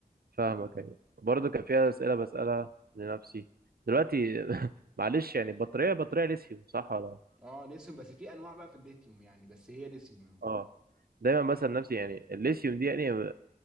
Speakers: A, on the right; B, in the centre.
A: فاهمك ايوه برضه كان فيها أسئلة بسألها لنفسي دلوقتي <laughs> معلش يعني بطارية بطارية ليثيوم صح ولا
B: اه ليثيوم بس في انواع بقى في الليثيوم يعني بس هي ليثيوم يعني
A: اه دايما بسأل نفسي يعني الليثيوم دي يعني